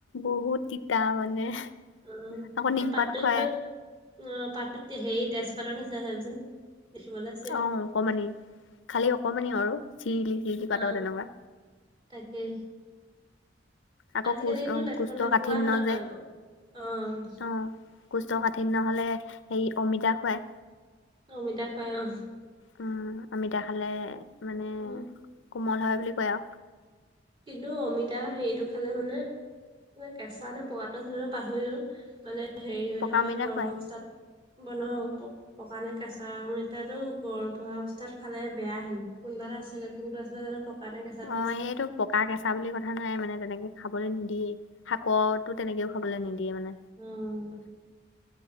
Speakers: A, on the left; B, on the right.
A: বহুত তিতা মানে
B: অ
A: আকৌ নিমপাত
B: এই পাততো
A: খুৱাই
B: কিন্তু অ পাততো হেৰি তেজপাতৰ নিচিনা চাবিচোন দেখিবলে
A: অ অকমানি খালি অকমানি আৰু চিৰিলি চিৰিলি
B: অ',
A: পাতৰ তেনেকোৱা
B: তাকে
A: আকৌ
B: আজিকালি
A: কোচ
B: কিন্তু নাখা
A: কুস্থ
B: নোখোৱা
A: কাঠিন্য
B: হ'ল আকৌ
A: যে
B: সেইবোৰ। অ',
A: অ কৌষ্ঠ কাঠিন্য হলে হেৰি অমিতা খোৱাই
B: অমিতা খোৱাই অ
A: উম অমিতা খালে মানে
B: উম
A: কোমল হয় বুলি কয় আও
B: কিন্তু অমিতা সেইটো খালে মানে কেঁচা নে পকাটো আছিলে ৰ পাহৰিলো মানে হেৰি হৈ
A: পকা
B: থকা
A: অমিতা
B: গৰ্ভ
A: খুৱাই
B: অৱস্থাত বন্ধ হব ক পকা নে কেঁচা অমিতাটো গৰ্ভ অৱস্থাত খালে বেয়া হেনো কোনোবা এটা আছিলে কোনটো আছিলে জানো পকা নে কেঁচাটো
A: অ
B: আছিলে
A: সেইটো পকা কেঁচা বুলি কথা নাই মানে তেনেকে খাবলৈ নিদিয়েই শাকটো তেনেকেও খাবলৈ নিদিয়ে মানে
B: উম